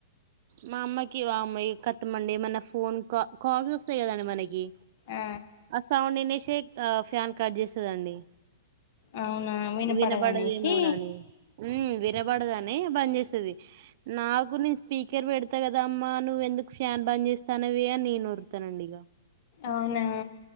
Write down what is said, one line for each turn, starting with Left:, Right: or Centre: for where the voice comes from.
Right: మా అమ్మాకి వమై కతమండి ఏ మన్నా ఫోన్ కా కాల్ సోస్తాయి గదండి మనకి
Left: ఆ
Right: ఆ సౌండ్ ఇనేషే ఆ ఫ్యాన్ కట్ జేసదండి
Left: అవునా వినపడదనేసి
Right: వినబడదేమోనని హ్మ్ వే ఇనబడదనే బన్ జెస్తది నాగునీన్ స్పీకర్ పెడతా కదమ్ ఆ అమ్ నువెందుకు ఫ్యాన్ బన్ బన్ జేస్తానవే అన్ నేన్ ఓర్ తనండి ఇగ
Left: ఔనా